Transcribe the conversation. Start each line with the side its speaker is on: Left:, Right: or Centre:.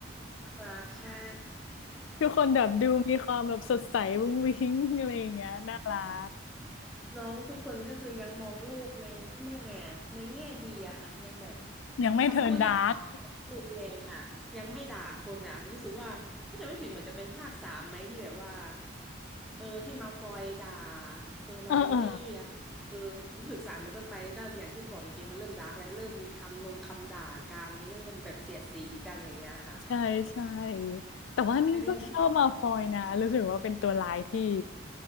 Centre: น่ารักใช่
Left: ทุกคนแบบดูมีความแบบสดใสวุ้งวิ้งอะไรอย่างเงี้ยน่ารัก
Centre: น้องทุกคนก็คือยังมองโลกในเขาเรียกไงอะในแง่ดีอะค่ะยังแบบ
Left: ยังไม่เทิร์นดาร์ก
Centre: คำพูดคำจายังรุนแรงอะยังไม่ด่าคนอะรู้สึกว่าถ้าจะไม่ผิดเหมือนจะเป็นภาคสามไหมที่แบบว่าเออที่มาฟอยด่าเฮอร์ไมโอนี่อะเออรู้สึกสามเป็นต้นไปนี่ก็อย่างที่บอกจริงๆมันเริ่มดาร์กแล้วเริ่มมีคำลงคำด่ากันเริ่มแบบเสียดสีกันอย่างเงี้ยค่ะ
Left: <laughs> เออเออใช่ใช่แต่ว่านี่ก็ชอบมาฟอยนะรู้สึกว่าเป็นตัวร้ายที่
Centre: ตอนแรก